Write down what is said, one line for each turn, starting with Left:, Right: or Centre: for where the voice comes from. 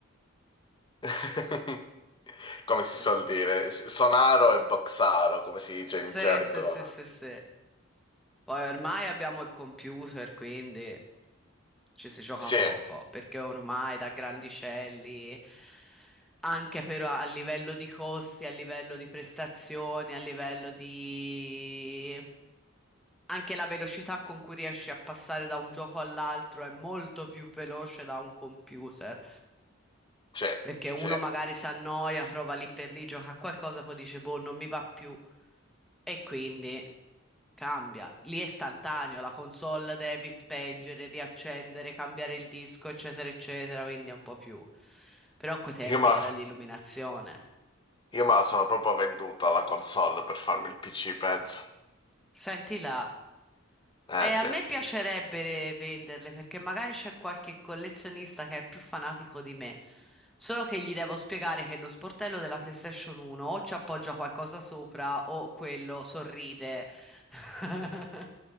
Left: <laughs> come si
Centre: Beh.
Left: suol dire, s- sonaro e boxaro, come si dice in
Centre: Sì,
Left: gergo.
Centre: sì, sì, sì, sì. Poi ormai abbiamo il computer, quindi ci si gioca
Left: Sì,
Centre: poco, perché ormai da grandicelli, anche però a livello di costi, a livello di prestazioni, a livello di Anche la velocità con cui riesci a passare da un gioco all'altro è molto più veloce da un computer.
Left: sì,
Centre: Perché uno
Left: sì.
Centre: magari si annoia, prova lì per lì, gioca a qualcosa, poi dice, boh, non mi va più. E quindi cambia. Lì è istantaneo, la console devi spengere, riaccendere, cambiare il disco, eccetera, eccetera, quindi è un po' più. Però a quei tempi
Left: Io ma,
Centre: era l'illuminazione.
Left: io ma sono proprio venduto alla console per farmi il PC, penso.
Centre: Senti là.
Left: Eh
Centre: E
Left: sì.
Centre: a me piacerebbe venderle perché magari c'è qualche collezionista che è più fanatico di me. Solo che gli devo spiegare che lo sportello della PlayStation 1 o ci appoggia qualcosa sopra o quello sorride. <laughs>